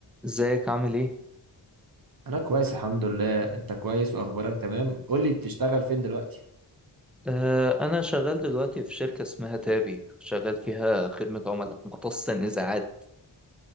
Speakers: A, in the centre; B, on the right.
A: ازيك عامل ايه؟
B: انا كويس الحمد لله انت كويس واخبارك تمام قول لي بتشتغل فين دلوقتي
A: آه انا شغال دلوقتي في شركة اسمها تابي شغال فيها خدمة عملاء مختصة نزاعات